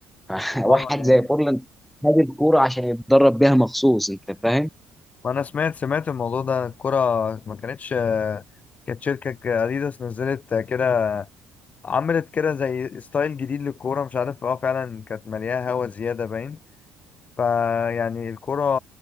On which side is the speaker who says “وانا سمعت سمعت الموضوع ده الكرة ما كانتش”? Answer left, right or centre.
Left